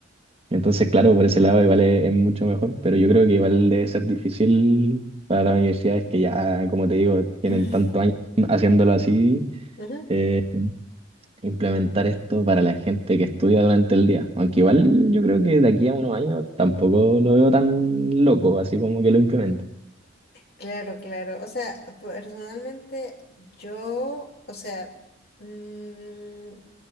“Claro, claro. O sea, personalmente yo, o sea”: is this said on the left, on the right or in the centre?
Left